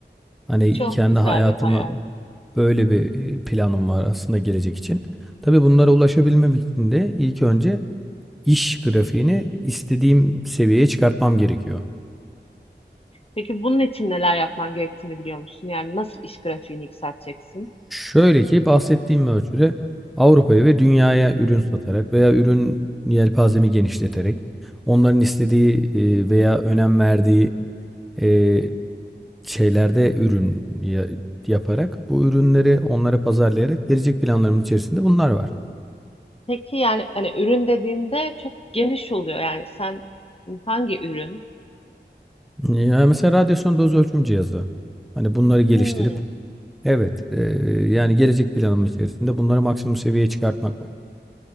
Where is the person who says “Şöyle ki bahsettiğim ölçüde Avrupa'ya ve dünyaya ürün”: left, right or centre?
Centre